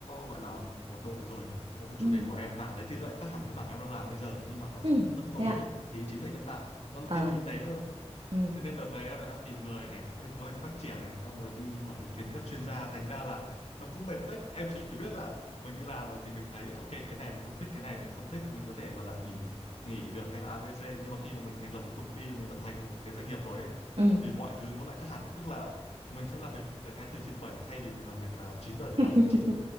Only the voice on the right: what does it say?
Ừ.
Ừ,
thế
ạ.
ờ
Ừ.
Ừ.
<laughs>